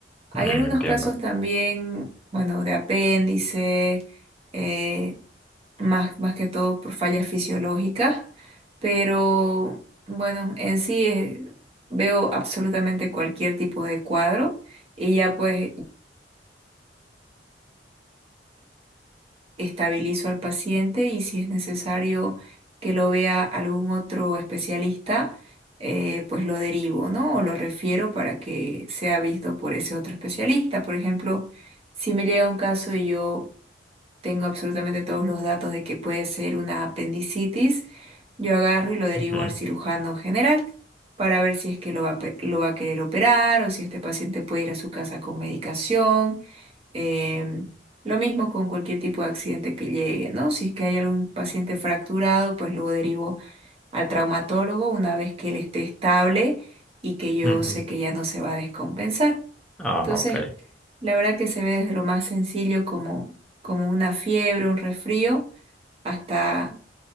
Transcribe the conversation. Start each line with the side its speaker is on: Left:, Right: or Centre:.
Right: Hay
Centre: Mm,
Right: algunos
Centre: entiendo.
Right: casos también, bueno, de apéndice. eh, más, más que todo por fallas fisiológicas, pero bueno, en sí eh, veo absolutamente cualquier tipo de cuadro y ya pues estabilizo al paciente y si es necesario que lo vea algún otro especialista, eh, pues lo derivo, ¿no? O lo refiero para que sea visto por ese otro especialista. Por ejemplo, si me llega un caso y yo tengo absolutamente todos los datos de que puede ser una apendicitis, yo agarro y lo derivo
Centre: Ujú,
Right: al cirujano general para ver si es que lo va, a pe- lo va a querer operar o si este paciente puede ir a su casa con medicación. Em, lo mismo con cualquier tipo de accidente que llegue, ¿no? Si es que hay algún paciente fracturado, pues lo derivo al traumatólogo una vez que él esté estable y que yo
Centre: ujú.
Right: sé que ya no se va a descompensar.
Centre: Ah,
Right: Entonces,
Centre: ok.
Right: la verdad que se ve desde lo más sencillo como, como una fiebre, un resfrío, hasta,